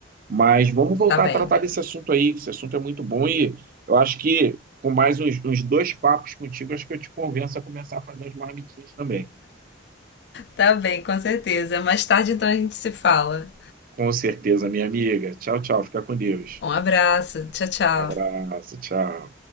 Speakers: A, on the right; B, on the left.
A: Mas vamos voltar
B: tá bem.
A: a tratar desse assunto aí, que esse assunto é muito bom e eu acho que com mais uns, uns dois papos contigo, acho que eu te convenço a começar a fazer os marmitinhas também.
B: Tá bem, com certeza. Mais tarde então a gente se fala.
A: Com certeza, minha amiga. Tchau, tchau. Fica com Deus.
B: Um abraço, tchau, tchau.
A: Abraço, tchau.